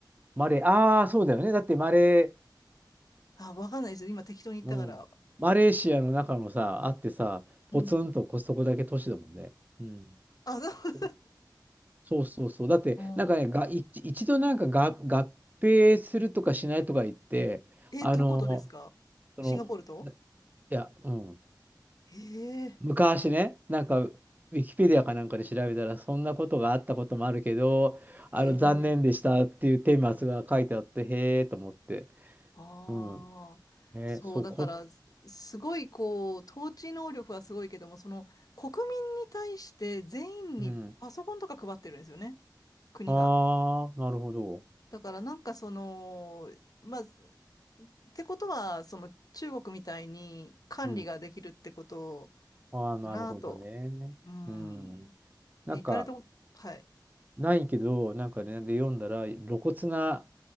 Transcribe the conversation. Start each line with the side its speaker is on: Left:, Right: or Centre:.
Right: マレー、ああ、そうだよね。だってマレ
Left: あ、わかんないです。今適当に言ったから。
Right: ー、うん。マレーシアの中のさ、あってさ、ポツンとコストコだけ都市だもんね。
Left: うん。
Right: うん。
Left: あ、そう。
Right: そそうそうそう。だって、
Left: <laughs> うん
Right: なんかね、が、一一度なんかが合併するとかしないとか言って、
Left: え、
Right: あの、
Left: どことですかシンガポールと
Right: その、いや、うん。
Left: へえ、
Right: 昔ね、なんか、ウィキペディアかなんかで調べたら、そんなことがあったこともあるけど、
Left: へえ。
Right: あの、残念でしたっていう顛末が書いてあって、へえと思って。
Left: ああ。
Right: うん。ね、
Left: そう、
Right: そこ、
Left: だから、すすごい、こう、統治能力はすごいけども、その、国民に対して全員にパソコンとか配ってるんですよね。
Right: うん。
Left: 国が。
Right: ああ、なるほど。
Left: だから、なんかその、まあ、ってことは、その中国みたいに管理ができるってこと
Right: うん。ああ、なるほどね。
Left: かなと。うん。
Right: うん。
Left: <laughs>
Right: なんか、
Left: え行かれたこと、はい。
Right: ないけど、なんかね、で読んだら、露骨な、